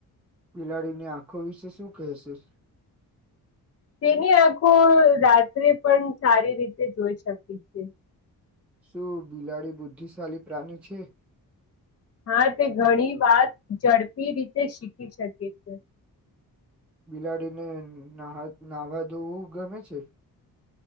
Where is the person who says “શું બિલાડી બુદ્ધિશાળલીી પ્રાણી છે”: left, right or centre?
Centre